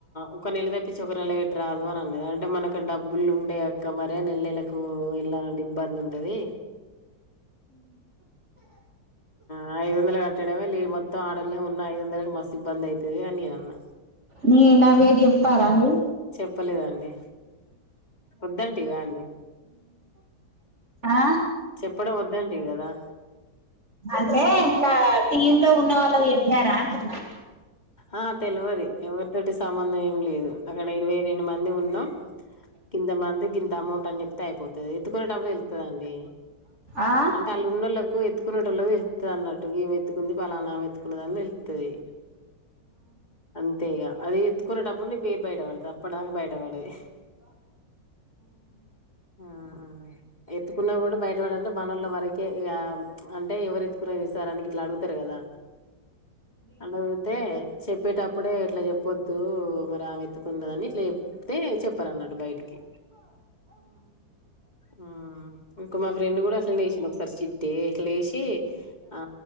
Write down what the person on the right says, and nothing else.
నీ నా పేర్ చేప్పార అండి
ఆ
అంటే ఇట్లా టీమ్ లొ ఉన్న వాళ్ళు చెప్పినరా అంటున్న
ఆ